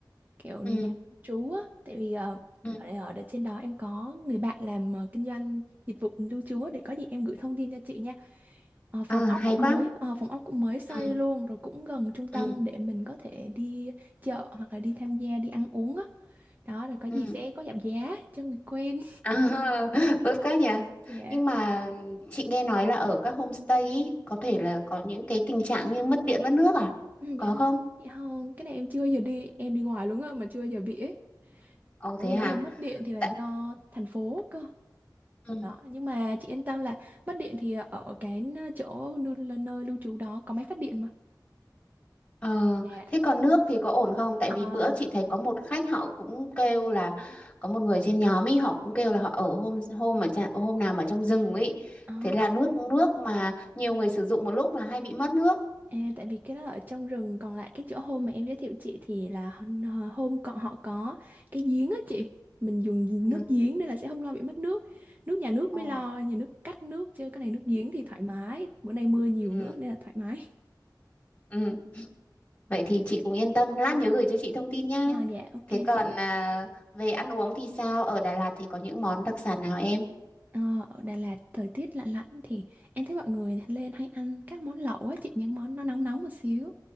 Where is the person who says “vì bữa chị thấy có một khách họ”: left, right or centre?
Left